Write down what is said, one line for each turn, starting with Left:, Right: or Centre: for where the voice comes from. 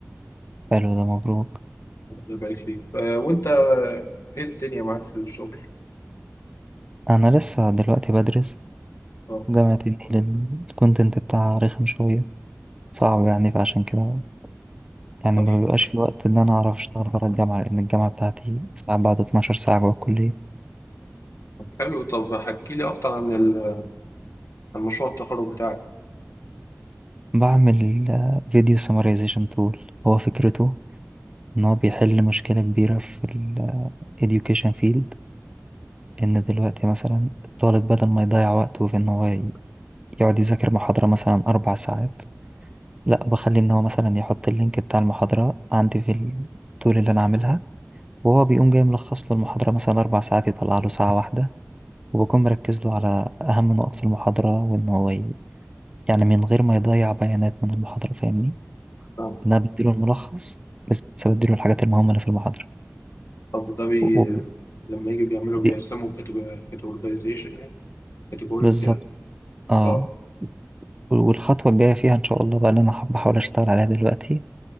Right: حلو ده مبروك
Left: الله يبارك فيك آه، وانت ايه الدنيا معاك في الشغل
Right: انا لسه دلوقتي بدرس
Left: اه
Right: جامعة النيل الكونتنت بتاعها رخم شوية صعب يعني فعشان كده يعني
Left: طب
Right: ما بيبقاش في وقت ان انا اعرف اشتغل بره الجامعة لان الجامعة بتاعتي ساعات بعد 12 ساعة جوه الكلية
Left: طب حلو طب حكي لي اكتر عن ال- عن مشروع التخرج بتاعك
Right: بعمل فيديو سمرايزيشن تول هو فكرته ان هو بيحل مشكلة كبيرة في ال education field ان دلوقتي مثلا الطالب بدل ما يضيع وقته في ان هو ي- يقعد يذاكر محاضرة مثلا اربع ساعات لا بخليه ان هو مثلا يحط اللينك بتاع المحاضرة عندي في التول اللي انا عاملها وهو بيقوم جاي ملخص له المحاضرة مثلا أربع ساعات يطلع له ساعة واحدة وبكون مركز له على أهم نقط في المحاضرة وإن هو ي- يعني من غير ما يضيع بيانات من المحاضرة فاهمني؟
Left: اه
Right: إن أنا بديله الملخص بس بديله الحاجات المهمة اللي في المحاضرة
Left: طب ده بي
Right: و- و-
Left: لما يجي بيعملوا بيقسموا
Right: دي-
Left: كاتيجورايزيشن يعني كاتيجوري
Right: بالظبط
Left: وكده
Right: اه
Left: اه
Right: والخطوة الجاية فيها إن شاء الله بقى اللي أنا ح- بحاول أشتغل عليها دلوقتي